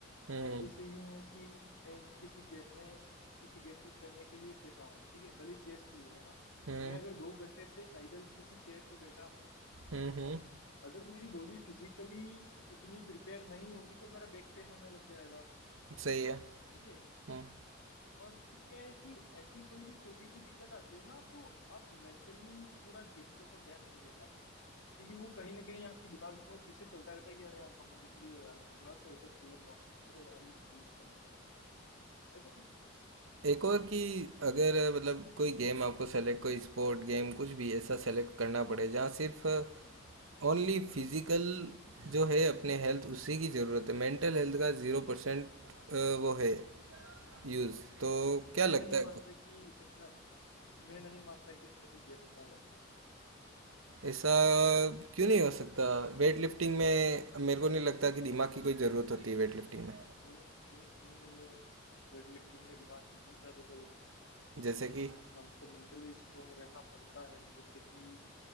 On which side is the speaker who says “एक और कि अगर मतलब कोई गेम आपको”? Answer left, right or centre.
Right